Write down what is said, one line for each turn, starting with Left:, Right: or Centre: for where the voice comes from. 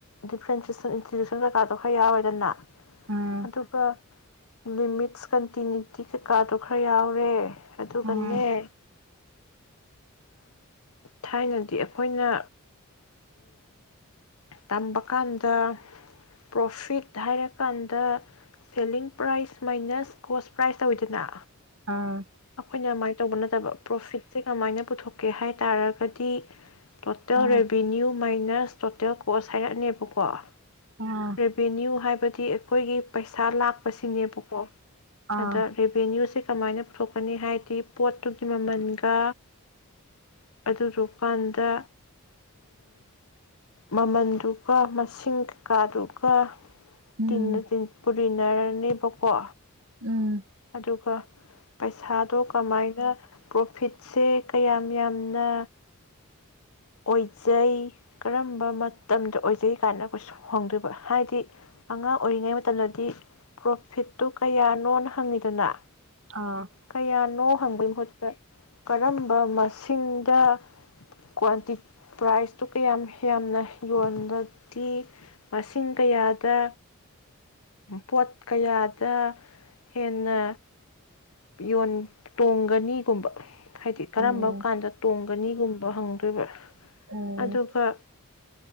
Left: ꯗꯤꯐ꯭ꯔꯦꯟꯁꯁꯟ ꯏꯟꯁꯇꯤꯇ꯭ꯨꯁꯟ ꯀꯩꯀꯥꯗꯣ ꯈꯔ ꯌꯥꯎꯔꯦꯗꯅ
Right: ꯎꯝ
Left: ꯑꯗꯨꯒ ꯂꯤꯃꯤꯠꯁ ꯀꯟꯇꯤꯅꯤ꯭ꯌꯨꯇꯤ ꯀꯩꯀꯥꯗꯨꯣ ꯈꯔ ꯌꯥꯎꯔꯦ ꯑꯗꯨꯒꯅꯦ
Right: ꯎꯝ
Left: ꯊꯥꯏꯅꯗꯤ ꯑꯩꯈꯣꯏꯅ ꯇꯝꯕ ꯀꯥꯟꯗ ꯄ꯭ꯔꯣꯐꯤꯠ ꯍꯥꯏꯔꯀꯥꯟꯗ selling price minus cost price ꯇꯧꯋꯤꯗꯅ
Right: ꯑꯥ꯫
Left: ꯑꯩꯈꯣꯏꯅ ꯀꯃꯥꯏꯅ ꯇꯧꯕ ꯅꯠꯇꯕ ꯄ꯭ꯔꯣꯐꯤꯠꯁꯦ ꯀꯃꯥꯏꯅ ꯄꯨꯊꯣꯛꯀꯦ ꯍꯥꯏ ꯇꯥꯔꯒꯗꯤ ꯇꯣꯇꯦꯜ
Right: ꯑꯥ
Left: ꯔꯦꯚꯤꯅ꯭ꯌꯨ ꯃꯥꯏꯅꯁ ꯇꯣꯇꯦꯜ ꯀꯣꯁ ꯍꯥꯏꯔꯛꯅꯦꯕꯀꯣ ꯫
Right: ꯑꯥ
Left: ꯔꯦꯚꯅꯌꯨ ꯍꯥꯏꯕ ꯗꯤ ꯑꯩꯈꯣꯏꯒꯤ ꯄꯩꯁꯥ ꯂꯥ ꯁꯤꯅꯦꯕꯀꯣ
Right: ꯑꯥ
Left: ꯑꯗ ꯔꯦꯚꯦꯅ꯭ꯌꯨꯁꯦ ꯀꯃꯥꯏꯅ ꯄꯨꯊꯣꯛꯀꯅꯤ ꯍꯥꯏꯗꯤ ꯄꯣꯠꯇꯨꯒꯤ ꯃꯃꯜꯒ ꯑꯗꯨꯗꯨꯀꯥꯟꯗ ꯃꯃꯜꯗꯨꯒ ꯃꯁꯤꯡ ꯀꯥꯗꯨ ꯈꯔ
Right: ꯎꯝ
Left: ꯆꯨꯝꯅ ꯆꯨꯝꯅ ꯄꯨꯔꯤ ꯅꯔꯅꯦꯕꯀꯣ꯫
Right: ꯎꯝ
Left: ꯑꯗꯨꯒ ꯄꯩꯁꯥꯗꯣ ꯀꯃꯥꯏꯅ ꯄ꯭ꯔꯣꯐꯤꯠꯁꯦ ꯀꯌꯥꯝ ꯌꯥꯝꯅ ꯑꯣꯏꯖꯩ ꯀꯔꯝꯕ ꯃꯇꯝꯗ ꯑꯣꯏꯖꯩ ꯀꯥꯏꯅ ꯀꯩ ꯍꯪꯗꯣꯏꯕ ꯍꯥꯏꯗꯤ ꯑꯉꯥꯡ ꯑꯣꯏꯔꯤꯉꯩ ꯃꯇꯝꯗꯗꯤ ꯄ꯭ꯔꯣꯐꯤꯠꯇꯨ ꯀꯌꯥꯅꯣꯅ ꯍꯪꯉꯤꯗꯅ꯫
Right: ꯑꯥ
Left: ꯀꯩꯌꯥꯅꯣ ꯍꯪ ꯕꯩ ꯃꯍꯨꯠꯇꯥ ꯀꯔꯝꯕ ꯃꯁꯤꯡꯗ ꯀ꯭ꯟꯇꯤ ꯄ꯭ꯔꯥꯏꯖꯇꯣ ꯀꯌꯥꯝ ꯌꯥꯝꯅ ꯌꯣꯟꯂꯗꯤ ꯃꯁꯤꯡ ꯀꯌꯥꯗ ꯄꯣꯠ ꯀꯌꯥꯗ ꯍꯦꯟꯅ ꯌꯣꯟ ꯇꯣꯡꯒꯅꯤꯒꯨꯝꯕ꯫ ꯍꯥꯏꯗꯤ ꯀꯔꯝꯕ
Right: ꯎꯝ
Left: ꯀꯥꯟꯗ ꯇꯣꯡꯒꯅꯤꯒꯨꯝ ꯍꯪꯗꯣꯏꯕ꯫
Right: ꯎꯝ
Left: ꯑꯗꯨꯒ